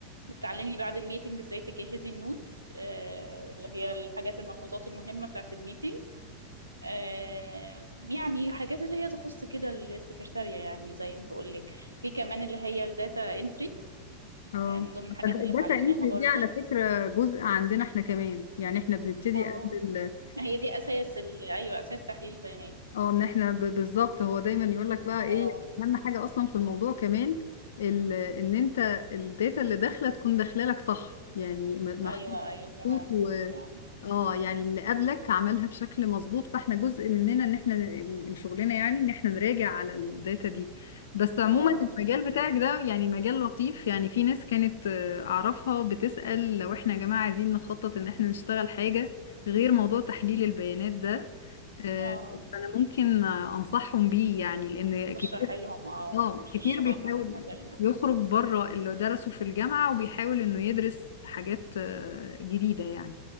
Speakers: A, on the right; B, on the left.
A: بتعلمي بعد الميتنج ازاي تجهزي النوتس آه، اللي هي الحاجات الملحوظات المهمة بتاعة الميتنج آه، يعني حاجات اللي هي تخص كده السكرتارية يعني زي ما بقول لك في كمان اللي هي الداتا انتري
B: اه
A: من ضمن الحاجات
B: طب
A: اللي
B: الداتا
A: اتعلمناها
B: انتري
A: برضو
B: دي على فكره جزء عندنا احنا كمان يعني احنا بنبتدي
A: اه
B: قبل ال-
A: هي دي اساس ال... ايوه اساس تحليل البيانات
B: اه ان احنا ب- بالظبط هو دايما يقول لك بقى ايه
A: اه
B: اهم حاجه اصلا في الموضوع كمان ال- ان انت الداتا اللي داخله تكون داخله لك صح يعني م- محطوط
A: ايوه ايوه فعلا
B: محطوط و
A: فعلا
B: اه يعني اللي قبلك عملها بشكل مظبوط فاحنا جزء مننا ان احنا ن- من شغلنا يعني ان احنا نراجع على الداتا دي بس عموما
A: اه
B: المجال بتاعك ده يعني مجال لطيف يعني في ناس كانت آه، اعرفها بتسأل لو احنا يا جماعه عايزين نخطط ان احنا نشتغل حاجه غير موضوع تحليل البيانات ده آه،
A: اه
B: انا ممكن آه، انصحهم بيه يعني لان كتير
A: تشرح لهم اه
B: اه كتير
A: تشرح
B: بيحاول
A: لهم المجال ده
B: يخرج بره اللي درسه في الجامعة وبيحاول انه يدرس حاجات آه، جديدة يعني